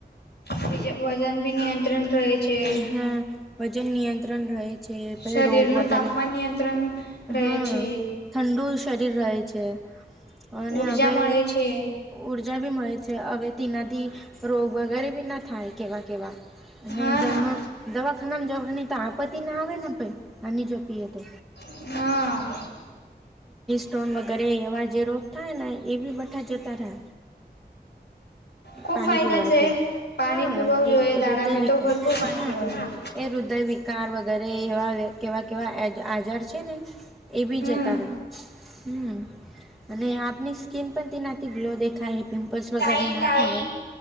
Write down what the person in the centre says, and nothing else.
હમ વજન નિયંત્રણ રહે છે. પહે
રોગ વગેરે
હહ
ઠંડુ શરીર રહે છે અને
હવે
ઉર જા બી મળે છે, હવે તેનાથી રોગ વગેરે બી ન થાય કેવા કેવા
નહીં તો
હું દવા ખાનામાં જવાની તો આપત્તિ ના આવે ને પહી પાની જો પીએ તો.
ટોન વગેરે એવા જે રોગ થાય ને એ બી બઠા જતા રહે.
પાણી
પીવાથી
હા
એ
હૃદયવિક
હમ
એ હૃદયવિક કાર વગેરે એવા કેવા કેવા આજાર છે ને એ બી
જતા. હમ અને આપની સ્કીિન પણ તેનાથી ગ્લો દેખાય. બસ
વગરે ના
થાય